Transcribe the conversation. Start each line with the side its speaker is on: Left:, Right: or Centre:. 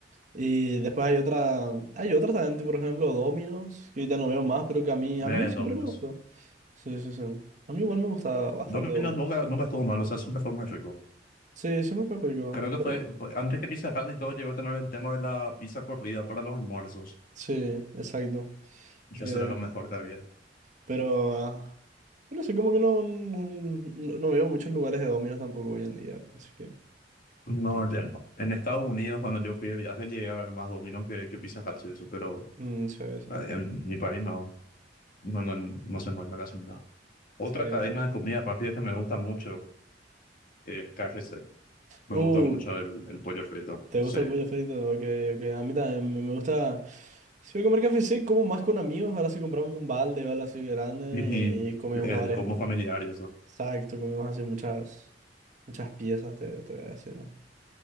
Right: Y después hay otra, hay otra también, tipo, por ejemplo, Domino's, que ya no veo más, pero que a mí, a
Left: Eh,
Right: mí siempre
Left: Domino's.
Right: me gustó. Sí, sí, sí. A mí igual me gusta bastante
Left: Domino's
Right: Domino's.
Left: nunca, nunca estuvo mal, o sea, siempre fue muy rico.
Right: Sí, siempre fue rico,
Left: Creo que
Right: pero
Left: fue, fue- antes que Pizza Hut y todo llegó a tener el tema de la pizza corrida para los almuerzos.
Right: sí, exacto.
Left: Y
Right: Que
Left: eso era lo mejor que había.
Right: Pero, ah, yo no sé, como que no, no, no veo muchos lugares de dominos tampoco hoy en día, así que...
Left: No,
Right: que-
Left: ya no. En Estados Unidos, cuando yo fui de viaje, llegué a ver más Domino's que, que Pizza Hut y eso, pero
Right: mm, sí, sí,
Left: eh, en mi país no, no, no, no se encuentra casi nada. Otra
Right: sí.
Left: cadena de comida rápida que me gusta mucho es KFC. Me
Right: Uh,
Left: gusta mucho el, el pollo frito.
Right: ¿te
Left: Sí.
Right: gusta el pollo frito? Ok, ok. A mí también me me gusta... Si voy a comer café, sí, como más con amigos. Ahora sí compramos un balde o algo así grande
Left: Y- y
Right: y comemos
Left: el
Right: varias...
Left: combo
Right: ah,
Left: familiar y eso.
Right: Exacto, comemos así muchas, muchas piezas, te, te voy a decir. ¿no?